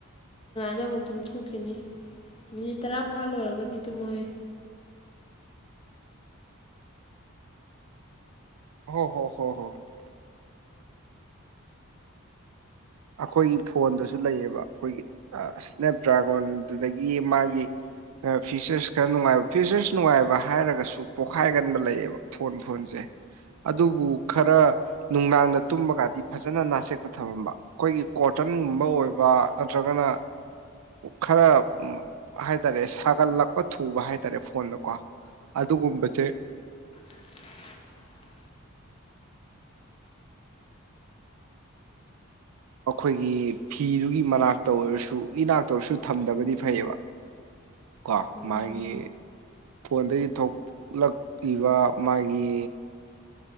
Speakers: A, on the left; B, on the right.
A: ꯁꯤꯗ ꯑꯃꯨꯛ ꯇꯨꯝ ꯊꯣꯛꯈꯤꯅꯤ ꯃꯤꯅꯤꯠ ꯇꯔꯥ ꯐꯥ ꯂꯣꯏꯔꯒꯗꯤ ꯇꯨꯝꯃꯣꯍꯦ
B: ꯍꯣ ꯍꯣ ꯍꯣ ꯍꯣ ꯍ ꯑꯩꯈꯣꯏꯒꯤ ꯐꯣꯟꯗꯨꯁꯨ ꯂꯩꯌꯦꯕ ꯑꯩꯈꯣꯏꯒꯤ ꯏꯁꯅꯦꯞ ꯗ꯭ꯔꯥꯒꯣꯟꯗꯨꯗꯒꯤ ꯃꯥꯒꯤ ꯐꯤꯆꯔꯁ ꯈꯔ ꯅꯨꯡꯉꯥꯏꯕ ꯐꯤꯆꯔꯁ ꯅꯨꯡꯉꯥꯏꯕ ꯍꯥꯏꯔꯒꯁꯨ ꯄꯣꯛꯈꯥꯏꯒꯟꯕ ꯂꯩꯌꯦꯕ ꯐꯣꯟ ꯐꯣꯟꯁꯦ ꯑꯗꯨꯕꯨ ꯈꯔ ꯅꯨꯡꯗꯥꯡꯗ ꯇꯨꯝꯃꯒꯗꯤ ꯐꯖꯅ ꯅꯥꯁꯦꯛꯇ ꯊꯝꯃꯝꯕ ꯑꯩꯈꯣꯏꯒꯤ ꯀꯣꯇꯟꯒꯨꯝꯕ ꯑꯣꯏꯕ ꯅꯠꯇ꯭ꯔꯒꯅ ꯈꯔ ꯍꯥꯏ ꯇꯔꯦ ꯁꯥꯒꯠꯂꯛꯄ ꯊꯨꯕ ꯍꯥꯏꯇꯥꯔꯦ ꯐꯣꯟꯗꯀꯣ ꯑꯗꯨꯒꯨꯝꯕꯁꯦ
A: <inaudible>
B: ꯑꯩꯈꯣꯏꯒꯤ ꯐꯤꯗꯨꯒꯤ ꯃꯅꯥꯛꯇ ꯑꯣꯏꯔꯁꯨ ꯏꯅꯥꯛꯇ ꯑꯣꯏꯔꯁꯨ ꯊꯝꯗꯕꯗꯤ ꯐꯩꯌꯦꯕ ꯀꯣ
A: ꯎꯝ
B: ꯃꯥꯒꯤ ꯐꯣꯟꯗꯒꯤ ꯊꯣꯛꯂꯛꯂꯤꯕ ꯃꯥꯒꯤ